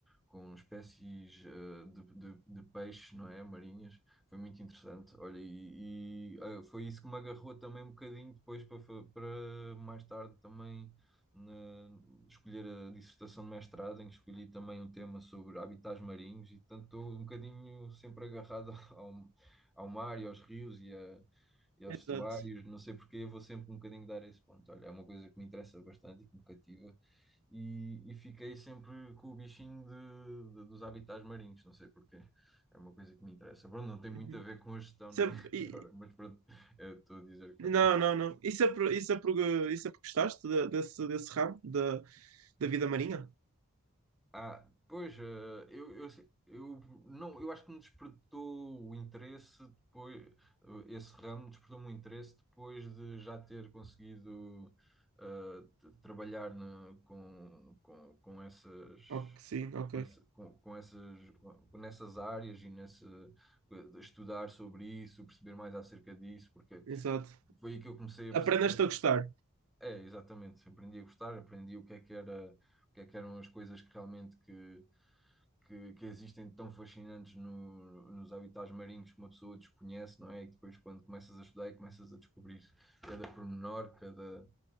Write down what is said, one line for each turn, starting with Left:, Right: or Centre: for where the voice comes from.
Centre: com espécies eh, de, de, de peixes, não é? Marinhas. Foi muito interessante. Olha, e, e, ah, foi isso que me agarrou também um bocadinho depois para, fa- para mais tarde também na- escolher a dissertação de mestrado, em que escolhi também um tema sobre habitats marinhos, e portanto estou um bocadinho sempre agarrado <laughs> ao, ao mar e aos rios e, a- e aos
Right: Exato.
Centre: estuários, não sei porquê, vou sempre um bocadinho dar esse ponto. Olha, é uma coisa que me interessa bastante e que me cativa, e, e fiquei sempre com o bichinho de, de- dos habitats marinhos, não sei porquê. É uma coisa que me interessa. Pronto, não tem muito
Right: Uhum.
Centre: a ver com a gestão,
Right: Sempre,
Centre: não é? <laughs>
Right: e,
Centre: Agora, mas pronto, eh, estou a dizer que
Right: Não,
Centre: é uma
Right: não, não. Isso é por, isso é por, isso é porque gostaste de- desse, desse ramo da, da vida marinha?
Centre: Ah, pois, eh, eu, eu, se- eu não, eu acho que me despertou o interesse depois, eh, esse ramo despertou-me o interesse depois de já ter conseguido eh, t- trabalhar na- com, com, com essas
Right: Ok, sim, ok.
Centre: com, essa, com, com essas com, nessas áreas e nesse eh, estudar sobre isso, perceber mais acerca disso, porque
Right: Exato.
Centre: foi aí que eu comecei a perceber,
Right: Aprendeste a gostar.
Centre: é, exatamente, aprendi a gostar, aprendi o que é que era, o que é que eram as coisas que realmente que que, que existem tão fascinantes no- nos habitats marinhos que uma pessoa desconhece, não é? E depois, quando começas a estudar e começas a descobrir cada pormenor, cada,